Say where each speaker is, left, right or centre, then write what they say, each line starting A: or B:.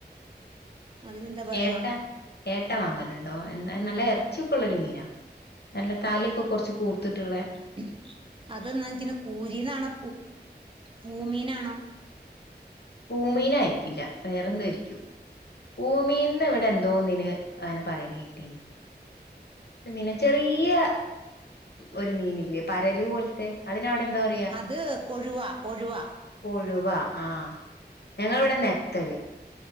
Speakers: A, on the right; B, on the left.
A: അതിനെന്താ പറയാ
B: ഏട്ട, ഏട്ട വാങ്ങലുണ്ടോ എന്താ നല്ല എറച്ചിക്കെള്ളൊരു മീനാ. നല്ല താലയൊക്കെ കുറച്ച് കൂർത്തിട്ടുള്ള.
A: <unintelligible> കൂരീന്നാണോ പൂമീനാണോ.
B: പൂമീനായിരിക്കില്ല വേറെന്തോ ആയിരിക്കും. പൂമീനിന് ഇവിടെ എന്തോന്നിനു അങ്ങനെ പറയണ കേട്ടീനു മീന്, ചെറിയ ഒരു മീനില്ലേ പരല് പോലത്തെ അതിനവിടെ എന്താ പറയ
A: അത് കൊഴുവ കൊഴുവ
B: കൊഴുവ ആഹ് ഞങ്ങളിവിടെ നെത്തല്.